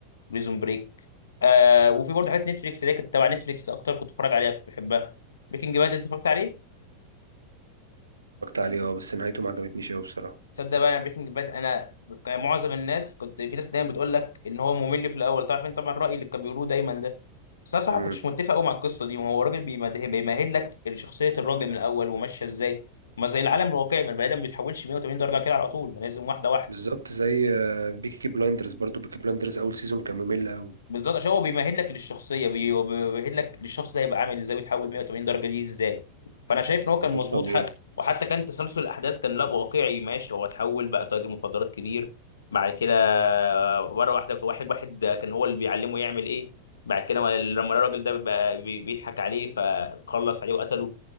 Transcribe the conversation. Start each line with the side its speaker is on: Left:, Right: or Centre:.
Left: بريزون بريك آه وفي برضه حاجات نتفليكس اللي هي كانت تبع نتفليكس اكتر كنت بتفرج عليها كنت بحبها بريكنج باد انت اتفرجت عليه
Right: اتفرجت عليه اه بس نهايته ما عجبتنيش قوي بصراحه
Left: تصدق بقى انا بريكنج باد انا كان معظم الناس كنت في ناس دايما بتقول لك ان هو ممل في الاول تعرف انت طبعا الراي اللي كانوا بيقولوه دايما ده بس انا صراحه
Right: امم
Left: كنتش متفق قوي مع القصه دي وهو الراجل بيمهد بيمهد لك شخصيه الراجل من الاول وماشيه ازاي ما زي العالم الواقعي ما البني ادم ما بيتحولش 180 درجه كده على طول ما لازم واحده واحده
Right: بالظبط زي آه، بيكي بلايندرز برضو بيكي بلايندرز اول سيزون كان ممل قوي
Left: بالظبط عشان هو بيمهد لك للشخصيه بي- بيمهد لك للشخص ده هيبقى عامل ازاي ويتحول 180 درجه دي ازاي فانا شايف ان هو كان مظبوط
Right: ده الطبيعي
Left: حتى وحتى كان تسلسل الاحداث كان لا واقعي ماشي هو اتحول بقى تاجر مخدرات كبير بعد كده مره واحده واحد واحد كان هو اللي بيعلمه يعمل ايه بعد كده لما الراجل ده بقى بي- بيضحك عليه فخلص عليه وقتله